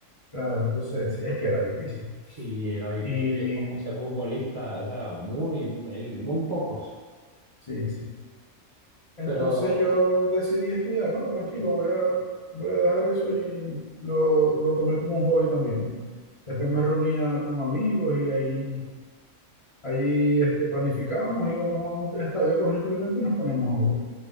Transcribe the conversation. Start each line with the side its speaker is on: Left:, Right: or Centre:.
Left: claro, entonces sí, es que era difícil.
Right: Sí, era difícil
Left: Y
Right: es como ser futbolista, o sea, muy, muy, muy pocos,
Left: sí, sí. Entonces
Right: pero,
Left: yo decidí estudiar, no, tranquilo, voy a, voy a dejar eso y lo, lo tomé como un hobby también. Después me reunía con amigos y ahí, ahí este, planificábamos, íbamos a un estadio con los implementos y nos poníamos a jugar.